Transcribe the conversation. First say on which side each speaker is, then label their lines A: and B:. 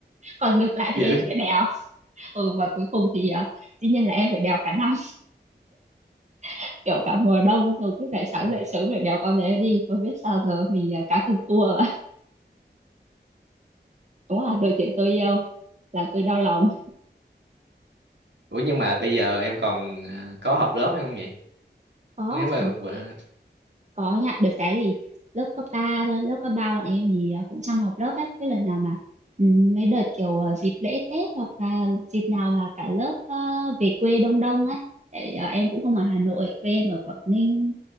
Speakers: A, on the right; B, on the right.
A: còn ngược lại
B: dữ
A: thì em sẽ đèo ừ và cuối cùng thì à, dĩ nhiên là em phải đèo cả năm <laughs> kiểu cả mùa đông rồi cứ phải sáng
B: Ờ.
A: dậy sớm phải đèo con bé đi tôi biết sao giờ mình à, cá cược thua <laughs> ạ. đúng là đội tuyển tôi yêu làm tôi đau lòng
B: ủa nhưng mà bây giờ em còn ờ, có học lớp hay không nhỉ
A: có
B: nếu mà
A: thì
B: bữa, à,
A: có nhận được cái gì lớp cấp 3 thôi lớp cấp 3 bọn em thì à, cũng chăm học lớp ấy cứ lần nào mà ừ, mấy đợt kiểu à, dịp lễ Tết hoặc là dịp nào mà cả lớp à, về quê đông đông ấy để à, em cũng không ở Hà Nội quê em ở Quảng Ninh